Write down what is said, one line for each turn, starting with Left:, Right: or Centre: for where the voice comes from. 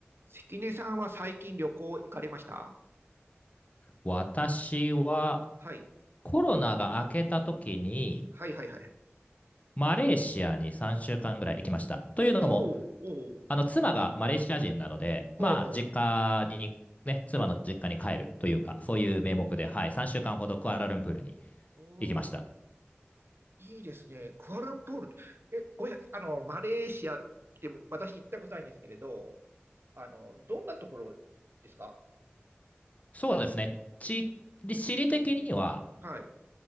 Right: 関根さんは最近旅行行かれました
Left: 私は
Right: はい。
Left: コロナが明けた時に
Right: はいはいはい。
Left: マレーシアに3週間ぐらい行きました。というのも、
Right: おーおー、
Left: あの妻がマレーシア人なので、まあ実家にね、
Right: ほうほう、
Left: 妻の実家に帰るというか、そういう名目で、
Right: ほうほう、
Left: はい、3週間ほどクアラルンプールに
Right: おー、
Left: 行きました。
Right: いいですね。クアラルンプール。え、ごめんなさい。あの、マレーシアって私行ったことないんですけれど、あの、どんなところですか
Left: そうですね、地、地理的には
Right: はい。